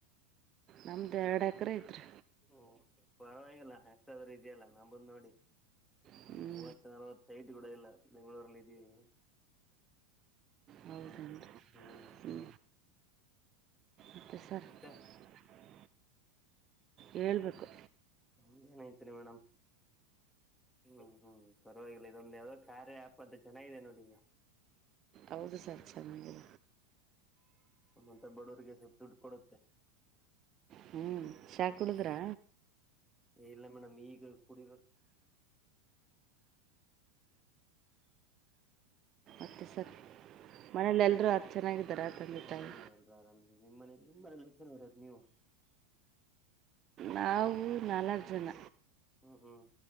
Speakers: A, on the right; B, in the centre.
A: ನಮ್ದ್ ಎರಡ್ ಎಕರೆ ಐತ್ರಿ
B: ಹ್ಮ ಪರವಾಗಿಲ್ಲ ಎಷ್ಟಾದ್ರೂ ಇದೆಯಲ್ಲ ನಂಬಂದ್ ನೋಡಿ
A: ಹ್ಞೂ
B: ಒಂದು ಮೂವತ್ ನಲ್ವತ್ ಐಟ್ ಕೂಡ ಇಲ್ಲ ಬೆಂ್ಗಳೂರಲ್ಲಿ ಇದ್ದೀವಿ ಹ್ಮ್
A: ಹೌದೇನು ರೀ
B: ಹ್ಮ್
A: ಹ್ಞೂ <unintelligible>
B: ಮತ್ತೆ
A: ಹೇಳ್ಬೇಕು
B: ನಮ್ಧ್ ಏನಐತ್ರಿ ಮೇಡಮ್ ಹ್ಮ್ ಹ್ಮ್ ಪರವಾಗಿಲ್ಲ ಇದೊಂದ ಯಾವದೋ ಕಾರ್ಯ ಆಪದು ಚೆನ್ನಾಗಿದೆ ನೋಡಿ ಈಗ
A: ಹೌದು ಸರ್ ಚನಗಿದೆ
B: ನಮ್ಮಂಥ ಬಡವರಿಗೆ ಸ್ವಲ್ಪ ದುಡ್ಡು ಕೊಡುತ್ತೆ
A: ಹ್ಮ್ ಚಾ ಕುಡುದ್ರಾ
B: ಹ್ಮ್ ಇಲ್ಲ ಮೇಡಮ್ ಈಗ ಕುಡಿಬೇಕ
A: <inaudible> <unintelligible> <unintelligible>
B: ಹ್ಮ್
A: ತಾಯಿ
B: ಎಲ್ರ ಅರಾಮಿದಿ ನಿಮ್ ಮನೇಲಿ ತುಂಬಸ ಇರದು ನೀವು
A: ನಾವು ನಾಲಕ್ ಜನ
B: ಹ್ಮ್ ಹ್ಮ್